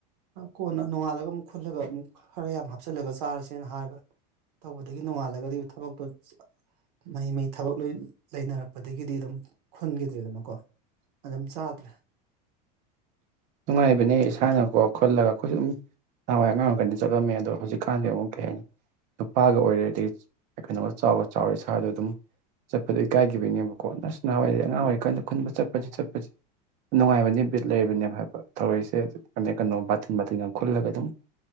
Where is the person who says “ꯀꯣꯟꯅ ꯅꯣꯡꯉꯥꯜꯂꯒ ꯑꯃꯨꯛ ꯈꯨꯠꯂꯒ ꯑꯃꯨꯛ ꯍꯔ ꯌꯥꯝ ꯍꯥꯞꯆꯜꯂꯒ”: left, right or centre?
Right